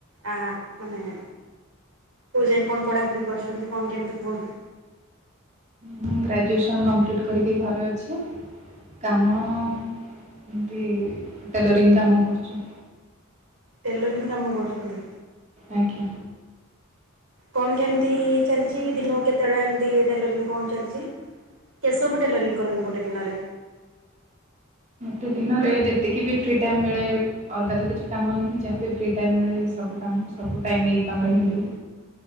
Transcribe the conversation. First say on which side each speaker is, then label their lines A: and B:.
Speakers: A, on the right; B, on the right.
A: ଆ ମାନେ କୋଉ ଯାଏ କଣ ପଢାପଢି କରୁଛନ୍ତି, କଣ କେମିତି କୁହନ୍ତୁ?
B: ମୁଁ ଗ୍ରାଜୁଏସନ୍ କମ୍ପ୍ଲିଟ୍ କରିକି ଘରେ ଅଛି। କାମ ଏମତି ଟେଲରିଙ୍ଗ କାମ କରୁଚୁ।
A: ଟେଲରିଙ୍ଗ କାମ କରୁଚନ୍ତି।
B: ଆଜ୍ଞା।
A: କଣ କେମିତି ଚାଲିଚି ଦିନକୁ କେତଟା ଏମିତି ଟେଲରିଙ୍ଗ କାମ ଚାଲିଚି। କେଶବ ଟେଲରିଙ୍ଗ କରନ୍ତିୁ ଗୋଟେ ଦିନରେ।
B: ଗୋଟ ଦିନରେ ଯେତିକି ବି ଫ୍ରି ଟାଇମ୍ ମିଳେ ଅଲଗା ତ କିଛି କାମ ନାହିଁ ଯାହାବି ଫ୍ରି ଟାଇମ୍ ମିଳେ ସବୁ କାମ ସବୁ ଟାଇମ୍ ଏଇ କାମରେ ହି ଦିଏ।